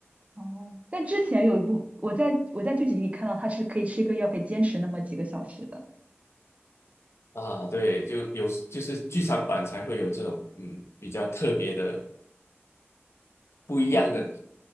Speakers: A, on the right; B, on the left.
A: 哦，但之前有一部，我在我在剧集里看到它是可以吃一个药，可以坚持那么几个小时的。
B: 啊，对，就有就是剧场版才会有这种嗯比较特别的、不一样的
A: 嗯。